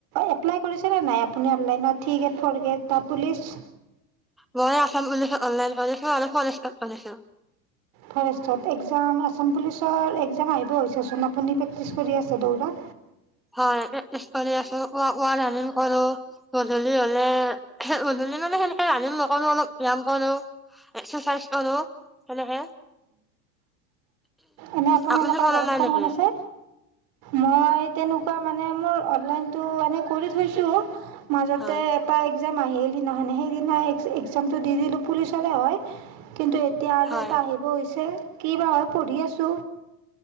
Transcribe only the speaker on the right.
এপ্লাই কৰিছে, নে নাই আপুনি অনলাইনত থ্ৰি গেড ফৰ গেড বা পুলিচ।
ফৰেষ্টত এগজাম আ আসাম পুলিচৰ একজাম আহিব হৈছেচোন আপুনি প্ৰেক্টিচ কৰি আছে দৌৰা?
এনে আপোনালোকৰ
ঘৰত
কোন
কোন আছে? মই তেনেকুৱা মানে মোৰ অনলাইন টো এনে কৰি থৈছোঁ, মাজতে
এটা এক এক্সাম আহিল সেই সেদিনাখনে সেইদিনা এক্সামটো দি দিলোঁ পুলিচৰে হয় কিন্তু এতিয়া আৰু
এটা আহিব হৈছে কি বা হয় পঢ়ি আছ ছো?